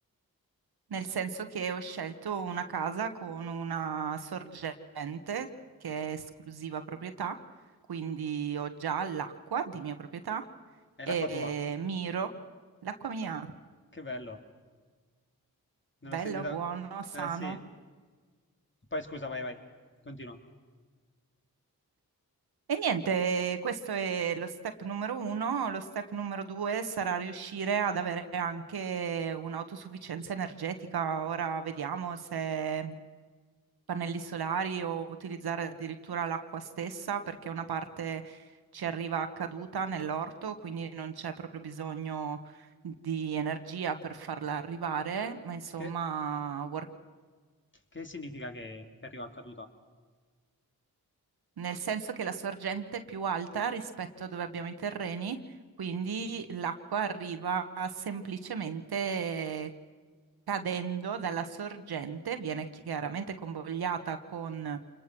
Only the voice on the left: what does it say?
È
l'acqua tua.
Che bello. Non
l'ho sentita?
Eh sì. Poi scusa, vai, vai. Continua.
Che,
che significa che, che arriva a caduta?